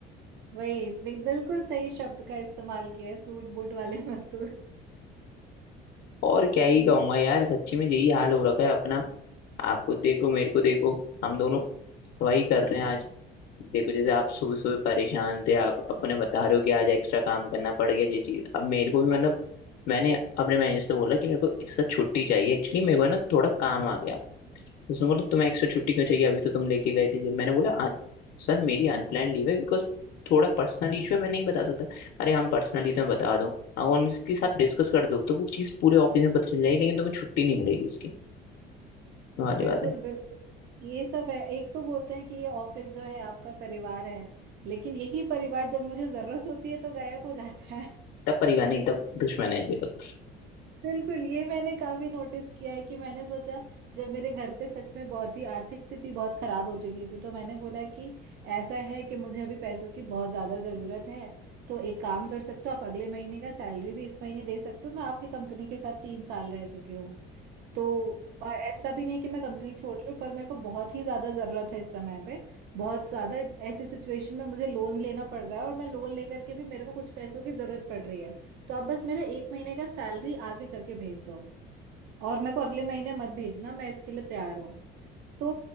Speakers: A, on the right; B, on the left.
A: वही बि- बिल्कुल सही शब्द का इस्तेमाल किया है सूट बूट वाले <laughs> मजदूर
B: और क्या ही
A: इसलिए
B: कहूंगा यार सच्ची में यही हाल हो रखा है अपना आपको देखो मेरे को देखो हम दोनों वही कर रहे हैं देखो जैसे आप सुबह सुबह परेशान थे आप अपने बता रहे हो कि आज एक्स्ट्रा काम करना पड़ गया ये चीज अब मेरे को भी मतलब मैंने अपने मैनेजर से बोला कि मेरे को एक्स्ट्रा छुट्टी चाहिए एक्चुअली मेरे को है ना थोड़ा काम आ गया तो उसने बोला तुम्हें एक्स्ट्रा छुट्टी क्यों चाहिए अभी तो तुम लेके गए थे ये मैंने बोला "अन- सर मेरी अनप्लान लीव है बिकॉज थोड़ा पर्सनल इशू है मैं नहीं बता सकता अरे हम पर्सनली तुम्हें बता दो अगर उनके साथ डिस्कस कर दो तो वो चीज़ पूरे ऑफिस में पता चल जाएगी लेकिन तुम्हें छुट्टी नहीं मिलेगी उसकी वो वाली
A: बिल्कुल
B: बात है
A: बिल्कुल ये सब है एक तो बोलते हैं कि ये ऑफिस जो है आपका परिवार है लेकिन यही परिवार जब मुझे जरूरत होती है तो गायब हो जाता
B: तब परिवार नहीं तब दुश्मन है ये लोग
A: बिल्कुल ये मैंने काफी नोटिस किया है कि मैंने सोचा जब मेरे घर पे सच में बहुत ही आर्थिक स्थिति बहुत खराब हो चुकी थी तो मैंने बोला कि ऐसा है कि मुझे अभी पैसों की बहुत ज्यादा जरूरत है तो एक काम कर सकते हो आप अगले महीने का सैलरी भी इस महीने दे सकते हो मैं आपकी कंपनी के साथ तीन साल रह चुकी हूँ तो और ऐसा भी नहीं कि मैं कंपनी छोड़ रही हूँ पर मेरे को बहुत ही ज्यादा जरूरत है इस समय पे बहुत ज्यादा ऐसी सिचुएशन में मुझे लोन लेना पड़ रहा है और मैं लोन लेकर के भी मेरे को कुछ पैसों की जरूरत पड़ रही है तो आप बस मेरा एक महीने का सैलरी आगे करके भेज दो और मेरे को अगले महीने मत भेजना मैं इसके लिए तैयार हूँ तो